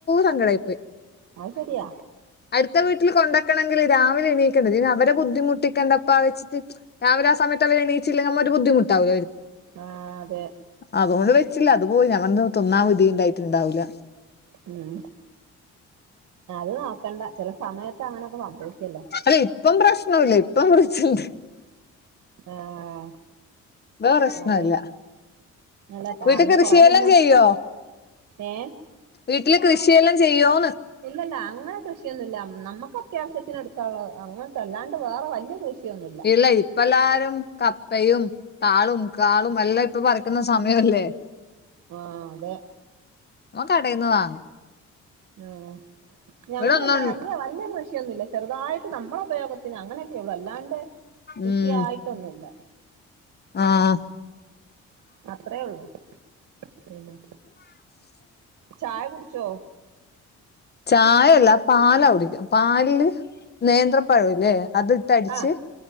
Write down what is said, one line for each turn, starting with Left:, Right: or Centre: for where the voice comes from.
Left: സങ്കടമായി പോയി
Right: അത് ശരിയാ
Left: അടുത്ത വീട്ടിൽ കൊണ്ടക്കണമെങ്കില് രാവിലെ എണീക്കേണ്ടേ ഇത് അവരെ ബുദ്ധിമുട്ടികണ്ടപ്പാ വെച്ചിട്ട് രാവില ആഹ് സമത്ത് അവ എണീച്ചില്ലെങ്ക നമ്മ ഒരു ബദ്ധിമുട്ടാവ
Right: ആഹ് അതെ
Left: അതുകൊണ്ട് വെച്ചില്ല അത് പോയി ഞൻ തിന്നാൻ വിധി ഉണ്ടായിട്ട് ഉണ്ടാവില്ല
Right: ഉം അത് നോക്കണ്ട ചില സമയത്ത് അങ്ങനൊക്കെ സംഭവിക്കല്ലോ
Left: അല്ലേ ഇപ്പം പ്രശ്നല്ല ഇപ്പം ഫ്രിഡ്ജ് ഇണ്ട്
Right: ആഹ്
Left: ഇപ്പൊ പ്രശ്നമില്ല
Right: അതെ അല്ല
Left: വീട്ടിൽ
Right: അന്ന്
Left: കൃഷിയെല്ലാം
Right: കൊറെ മുന്നേ
Left: ചെയ്യോ
Right: ഏഹ്
Left: വീട്ടില് കൃഷിയെല്ലാം ചെയ്യോന്ന്
Right: ഇല്ല ഇല്ല അങ്ങനെ കൃഷിയൊന്നും ഇല്ല നമുക്ക് അത്യാവശ്യത്തിന് എടുക്കാനുള്ളത് അങ്ങനത്തെ അല്ലാണ്ട് വേറെ വലിയ കൃഷിയൊന്നും ഇല്ല
Left: അല്ല ഇപ്പ എല്ലാരും കപ്പയും താളും കാളും എല്ലാം ഇപ്പൊ പറിക്കുന്ന സമയമല്ലേ
Right: ആഹ് അതെ
Left: ഞൻ കടയിന്ന് വാങ്ങും
Right: ആഹ് ഞങ്ങടാ
Left: ഇവിടെ ഒന്നും
Right: ഇണ്ട വല്ല വല്ല ഫ്ര ഒന്നുമില്ല ചെറുതായിട്ട് നമ്മളുടെ ഉപയോഗത്തിന് അങ്ങനെയൊക്കെ ഉള്ളു അല്ലാണ്ട് കൃഷിയായിട്ടൊന്നുല്ല
Left: ഉം ആഹ്
Right: അത്രയേ ഉള്ളു പിന്നെ ചായ കുടിച്ചോ
Left: ചായയല്ല പാലാ കുടിക പാലില് നേന്ത്രപ്പഴല്ലേ അത് ഇട്ട് അടിച്ച്
Right: ആഹ്